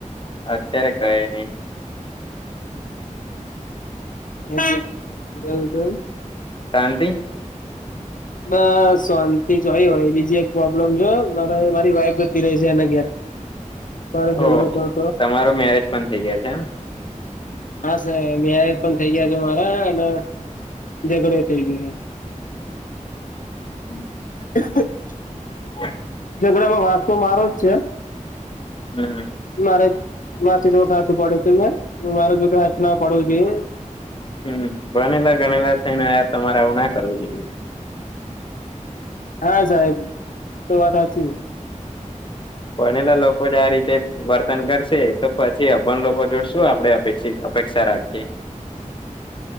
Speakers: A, on the left; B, on the left.
A: અત્યારે કહે નહી
B: બું છે
A: શાંતિ
B: બ શાંતિ જોય હોય બીજી એક પ્રોબ્લેમ છે મારે મારી વાઈફ બતી રહી છે એના ઘેર મારો ઝઘડો
A: ઓ
B: થયો હતો
A: તમારો મેરેજ પણ થઇ ગયા છે એમ
B: હા સર મેયેજ પણ થઇ ગયા છે મારા અને ઝઘડે થઇ ગયા
A: <inaudible>
B: <inaudible>
A: <inaudible>
B: ઝઘડામાં વાંક તો મારો જ છે
A: હમ
B: મારે માથે <unintelligible> હાથ ન પડ્યો તમે મે મારે જો હાથ ના ઉપાડવો જોઈએ.
A: હમ, ભણેલા, ગણેલા થઈને તમારે આવું ના કરવું જોઈએ.
B: હા, સાહેબ તો વાત સાચી.
A: ભણેલા લોકો જો આ રીતે વર્તન કરશે, તો પછી અભણ લોકો જોડશું આપણેે શું અપેક્ષિત અપેક્ષા રાખીએ.